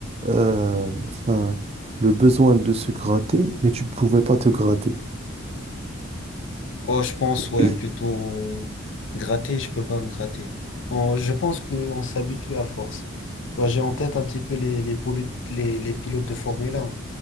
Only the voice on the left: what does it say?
Oh, je pense,
ouais, plutôt gratter, je peux pas me gratter. On- je pense qu'on s'habitue à force. Ouais, j'ai en tête un petit peu les, les, polu- les, les pilotes de Formule 1.